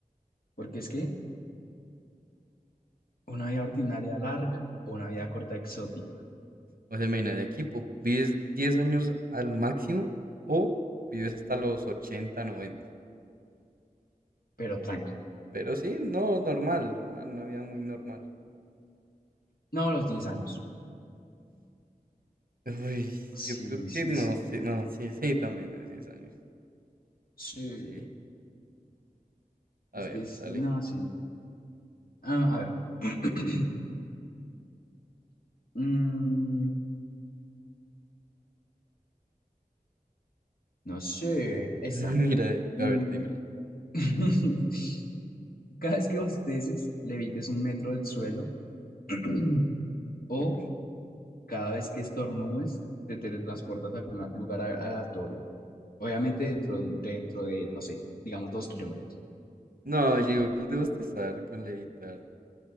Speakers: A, on the left; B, on the right.
A: Porque es que una vida ordinaria larga o una vida corta exótica,
B: O sea, imagina, de aquí po- vives 10 años al máximo o vives hasta los 80 noventa
A: pero tranqui.
B: Pero sí, no, normal, normal, una vida muy normal.
A: No, los diez años.
B: Uy,
A: Sí,
B: yo creo
A: sí,
B: que no
A: sí.
B: sé, no, sí, sí, también es 10 años.
A: Sí,
B: Sí, a
A: es
B: ver,
A: que es,
B: dale.
A: no, sí. Ah, a ver. <clears throat> Mm, no sé, esa.
B: <laughs> Mira,
A: Mm,
B: a ver, dímela.
A: <laughs> Cada vez que bosteces, levites un metro del suelo <clears throat> o
B: Uy.
A: Cada vez que estornudes, te teletransportas a algún lugar aleatorio. Obviamente dentro, de un- dentro de, no sé, digamos dos kilómetros.
B: No, yo digo que el de bostezar con levitar.